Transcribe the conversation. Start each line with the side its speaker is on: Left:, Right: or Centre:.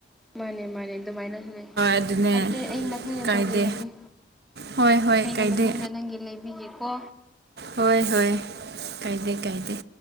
Centre: ꯃꯥꯅꯦ ꯃꯥꯅꯦ ꯑꯗꯨꯃꯥꯏꯅꯁꯨ ꯂꯩ
Right: ꯑꯗꯨꯅꯦ
Centre: ꯑꯗꯨ ꯑꯩ ꯃꯊꯪꯗ
Right: ꯀꯥꯏꯗꯦ
Centre: ꯇꯧꯕꯤꯔꯒꯦ
Right: ꯍꯣꯏ ꯍꯣꯏ
Centre: ꯑꯩꯅ
Right: ꯀꯥꯏꯗꯦ
Centre: ꯃꯊꯪꯗ ꯅꯪꯒꯤ ꯂꯩꯕꯤꯒꯦꯀꯣ
Right: ꯍꯣꯏ ꯍꯣꯏ ꯀꯥꯏꯗꯩ ꯀꯥꯏꯗꯩ